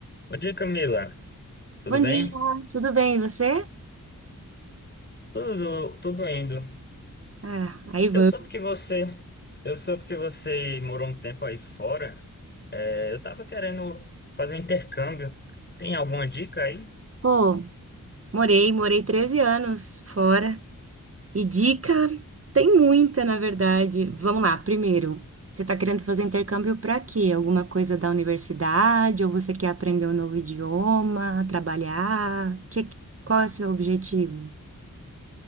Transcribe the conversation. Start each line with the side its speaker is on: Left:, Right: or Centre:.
Left: Bom dia, Camila. Tudo
Right: Bom
Left: bem?
Right: dia, tudo bem, e você?
Left: Tudo, tudo indo.
Right: Ah, aí vamos.
Left: Eu soube que você, eu soube que você morou um tempo aí fora. É, eu tava querendo fazer um intercâmbio. Tem alguma dica aí?
Right: Pô, morei, morei 13 anos fora. E dica tem muita, na verdade. Vamos lá, primeiro, você tá querendo fazer intercâmbio pra quê? Alguma coisa da universidade? Ou você quer aprender um novo idioma, trabalhar? Que, qual é o seu objetivo?